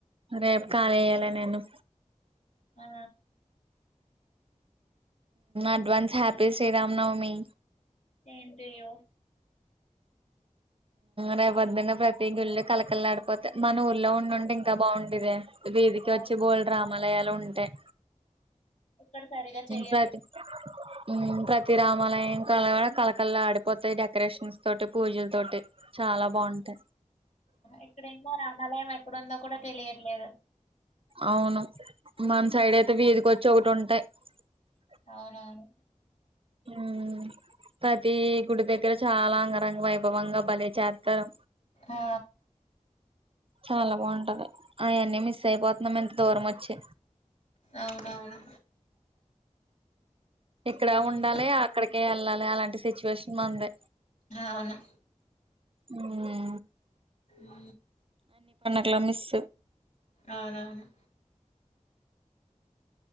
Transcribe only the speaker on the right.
రేప్ కాలియేలే నేను
advance happy Srirama Navami
రేపు పద్దున్న ప్రతి గుళ్ళు కలకళలాడిపోతాయి మన ఊర్లో ఉండుంటే ఇంకా బాగుండేదే వీధికి
వచ్చి బోల్డ్ రామాలయాలు ఉంటాయి
ప్రతి ఉహ్ ప్రతి రామాలయం కడా కలకళ ఆడిపోతాయి డెకొరేషన్స్ తోటి పూజల తోటి చాలా బాగుంటాయి
అవును మన సైడ్ అయితే వీధికొచ్చి ఒకటి ఉంటె అట్ట
ఊహ్ ప్రతి గుడి దగ్గర చాలా అంగ రంగవైబవంగ భలే చెత్తారు
చాలా బాగుంటది అవన్నీ మిస్ అయిపోతున్నాం ఇంత దూరం వచ్చి
ఇక్కడ
ఉండాలి అక్కడికే వెళ్ళాలి అలాంటి సిచ్యువేషన్ మందే
ఆ
కలా మస్